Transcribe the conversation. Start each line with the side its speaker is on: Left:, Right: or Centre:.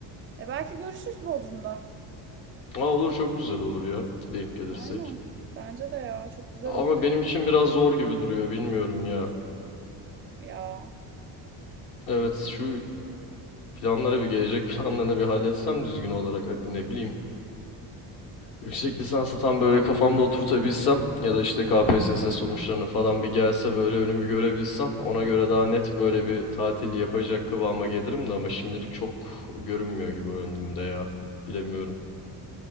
Right: E belki görüşürüz Bodrum'da.
Left: Aa, olur çok güzel olur ya. Denk gelirsek.
Right: Aynen. Bence de ya çok güzel
Left: Ama
Right: olur yani.
Left: benim için biraz zor gibi duruyor. Bilmiyorum ya.
Right: Ya
Left: Evet şu planlara bir gelecek <laughs> planlarına bir halletsem düzgün olarak. Hani ne bileyim. Yüksek lisansa tam böyle kafamda oturtabilsem ya da işte KPSS sonuçlarını falan bir gelse böyle önümü görebilsem ona göre daha net böyle bir tatil yapacak kıvama gelirim de ama şimdilik çok görünmüyor gibi önümde ya. Bilemiyorum.